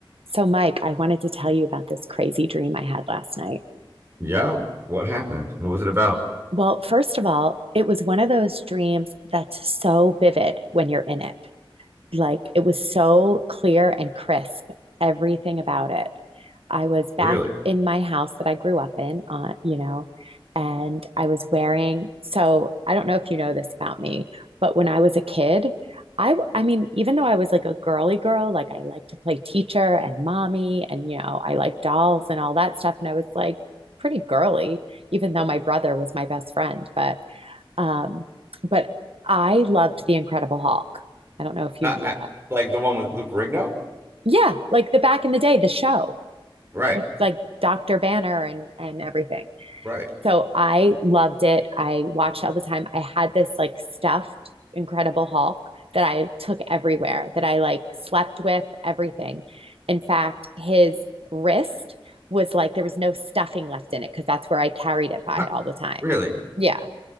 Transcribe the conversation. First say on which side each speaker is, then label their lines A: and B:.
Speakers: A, on the right; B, on the right.
A: So, Mike, I wanted to tell you about this crazy dream I had last night.
B: Yeah. What happened? What was it about?
A: Well, first of all, it was one of those dreams that's so vivid when you're in it. like it was so clear and crisp, everything about it. I was back
B: Really?
A: in my house that I grew up in, uh, you know, and I was wearing. So I don't know if you know this about me, but when I was a kid, I—I mean, even though I was like a girly girl, like I liked to play teacher and mommy, and you know, I liked dolls and all that stuff, and I was like pretty girly, even though my brother was my best friend. But um, but I loved The Incredible Hulk. I don't know if
B: Uh,
A: you knew
B: uh,
A: that.
B: like the one with Lou Ferrigno?
A: Yeah, like the back in the day, the show
B: Right.
A: with like Dr. Banner and and everything.
B: Right.
A: So I loved it. I watched it all the time. I had this like stuffed Incredible Hulk that I took everywhere, that I like slept with everything. In fact, his wrist was like there was no stuffing left in it because that's where I carried it by
B: Huh,
A: all the time.
B: Really?
A: Yeah.